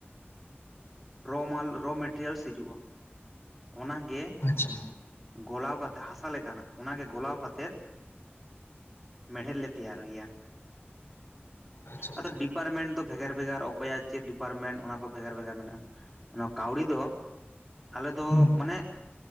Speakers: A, in the centre; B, on the left (about 75°).
A: ᱨᱚ ᱢᱟᱞ ᱨᱚ ᱢᱮᱴᱮᱨᱤᱭᱟᱞᱥ ᱦᱤᱡᱩᱜᱼᱟ ᱚᱱᱟᱜᱮ
B: ᱟᱪᱪᱷᱟ
A: ᱜᱚᱞᱟᱣ ᱠᱟᱛᱮᱜ ᱦᱟᱥᱟᱞ ᱞᱮᱠᱟ ᱱᱟᱜ᱾ ᱚᱱᱟᱜᱮ ᱜᱚᱞᱟᱣ ᱠᱟᱛᱮᱜ ᱢᱮᱲᱦᱮᱫ ᱞᱮ ᱛᱮᱭᱟᱨ ᱜᱮᱭᱟ᱾
B: ᱟᱪᱪᱷᱟ ᱟᱪᱪᱷᱟ
A: ᱟᱫᱚ ᱰᱤᱯᱟᱨᱢᱮᱱᱴ ᱫᱚ ᱵᱷᱮᱜᱟᱨ ᱵᱷᱮᱜᱟᱨ ᱚᱠᱚᱭᱟᱜ ᱪᱮᱫ ᱰᱤᱯᱟᱨᱴᱢᱮᱱᱴ? ᱚᱱᱟ ᱠᱚ ᱵᱷᱮᱜᱟᱨ ᱵᱷᱮᱜᱟᱨ ᱢᱮᱱᱟᱜᱼᱟ᱾ ᱱᱚᱣᱟ ᱠᱟᱹᱣᱰᱤ ᱫᱚ ᱟᱞᱮ ᱫᱚ
B: ᱦᱮᱸ
A: ᱢᱟᱱᱮ